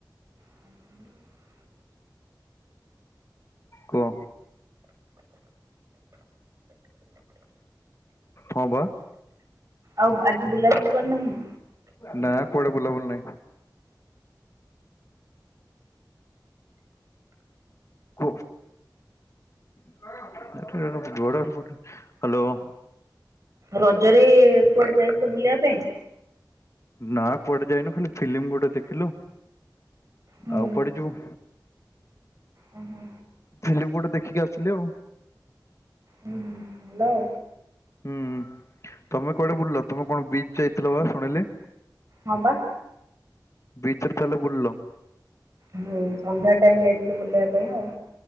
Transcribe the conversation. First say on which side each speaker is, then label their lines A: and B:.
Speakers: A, on the right; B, on the left.
A: <inaudible>
B: କୁହ। ହଁ ବା।
A: ଆଉ ଆଜି ବୁଲାବୁଲି କରନାହିଁ।
B: ନା କୁଆଡେ ବୁଲାବୁଲି ନାହିଁ। କୁହ। ହ୍ୟାଲୋ।
A: ରଜରେ କୁଆଡେ ଯାଇଥିଲେ ବୁଲିବା ପାଇଁ?
B: ନା ପୁଆଡେ ଯାଇନୁ ଖାଲି ଫିଲ୍ମ ଗୋଟେ ଦେଖିଲୁ
A: ହୁଁ
B: ଆଉ ପୁଆଡି ଯିବୁ।
A: ଓହୋ
B: ଫିଲ୍ମ ଗୋଟେ ଦେଖିକି ଆସିଲି ଆଉ।
A: ହୁଁ ହ ହ୍ୟାଲୋ।
B: ହୁଁ ତମେ କୁଆଡେ ବୁଲିଲ ତମେ କଣ ବିଚ ଯାଇଥିଲ ବା ଶୁଣିଲି।
A: ହଁ ବା।
B: ବିଚରେ ତାହେଲେ ବୁଲିଲ।
A: ହୁଁ ସନ୍ଧ୍ୟା ଟାଇମ ଯାଇଥିଲି ବୁଲିବା ପାଇଁ ଆଉ।